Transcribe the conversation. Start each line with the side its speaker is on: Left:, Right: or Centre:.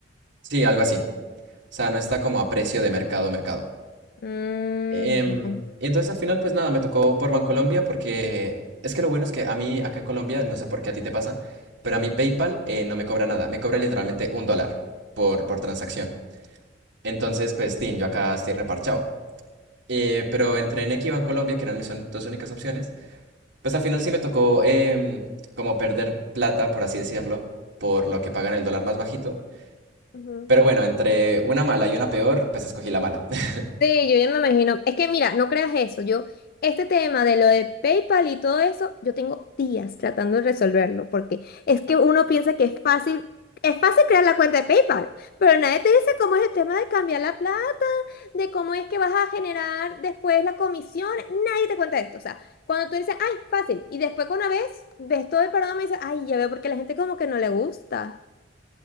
Right: sí, algo así. O sea, no está como a precio de mercado, mercado.
Left: Mm.
Right: Em, y entonces al final, pues nada, me tocó por Bancolombia porque es que lo bueno es que a mí acá en Colombia, no sé por qué a ti te pasa, pero a mí PayPal eh, no me cobra nada, me cobra literalmente un dólar por, por transacción. Entonces, pues, tin, yo acá estoy reparchado. Eh, pero entre Nequi y Bancolombia, que eran mis on- dos únicas opciones, pues al final sí me tocó em, como perder plata, por así decirlo, por lo que pagan el dólar más bajito.
Left: Ujú.
Right: Pero bueno, entre una mala y una peor, pues escogí la mala. <laughs>
Left: Sí, yo ya me imagino. Es que mira, no creas eso. Yo, este tema de lo de PayPal y todo eso, yo tengo días tratando de resolverlo, porque es que uno piensa que es fácil, es fácil crear la cuenta de PayPal, pero nadie te dice cómo es el tema de cambiar la plata de cómo es que vas a generar después la comisión, nadie te cuenta esto. O sea, cuando tú dices, ay, fácil, y después con una vez ves todo el programa y dices, ay, ya veo porque la gente como que no le gusta.